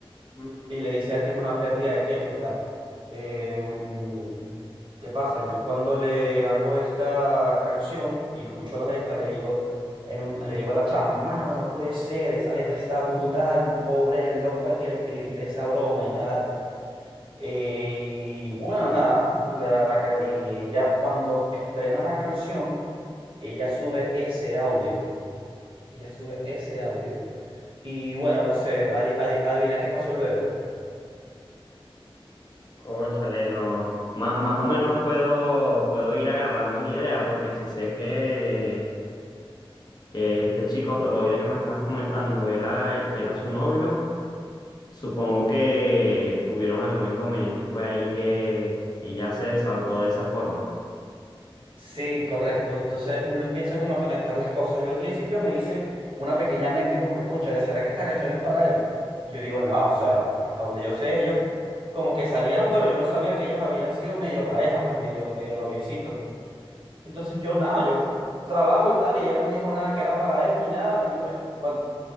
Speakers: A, on the left; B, on the right.
A: Ujú.
B: Y le dice a él que es una pérdida de tiempo y tal. Em, ¿qué pasa? Yo cuando le hago esta canción y escucho la letra, le digo, herm- le digo a la chama, mano, no puede ser, esa letra está brutal, pobre el loco al que le escribiste esa broma y tal. Eh, y bueno, nada, la, la ca- y ella cuando estrena la canción, ella sube ese audio, ella sube ese audio. Y bueno, no sé, adi- adi- adivina qué pasó luego.
A: Cónchale, no. Má- más o menos puedo, puedo ir agarrando una idea, porque si sé que, que este chico toroide que me estabas comentando era el que era su novio. Supongo que tuvieron algún inconveniente y fue ahí que ella se desahogó de esa forma.
B: Sí, correcto. Entonces uno empieza como a conectar las cosas. Yo al principio me hice una pequeña mente como que, concha, ¿será que esta canción es para él? Y yo digo, no, o sea, hasta donde yo sé, ellos como que salieron, pero yo no sabía que ellos habían sido medio pareja, pues medio, medio noviecitos. Entonces yo nada, yo trabajo y tal, y ella no me dijo nada que era para él ni nada, y bueno, cuando...